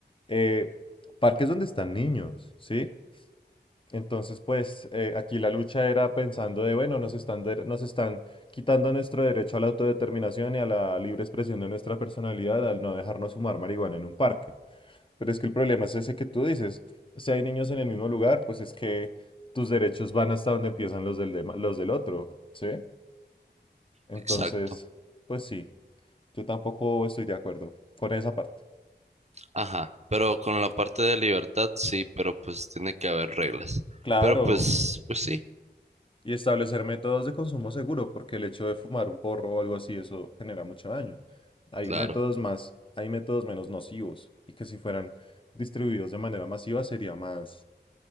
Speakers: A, on the left; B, on the right.
A: Eh, parques donde están niños, ¿sí? Entonces, pues eh, aquí la lucha era pensando de, bueno, nos están, der- nos están quitando nuestro derecho a la autodeterminación y a la libre expresión de nuestra personalidad al no dejarnos fumar marihuana en un parque. Pero es que el problema es ese que tú dices. Si hay niños en el mismo lugar, pues es que tus derechos van hasta donde empiezan los del, dema- los del otro, ¿sí? Entonces,
B: exacto,
A: pues sí, yo tampoco estoy de acuerdo con esa parte.
B: ajá, pero con la parte de libertad sí, pero pues tiene que haber reglas,
A: Claro,
B: pero pues, pues sí,
A: y establecer métodos de consumo seguro, porque el hecho de fumar un porro o algo así, eso genera mucho daño. Hay
B: claro,
A: métodos más, hay métodos menos nocivos, y que si fueran distribuidos de manera masiva sería más,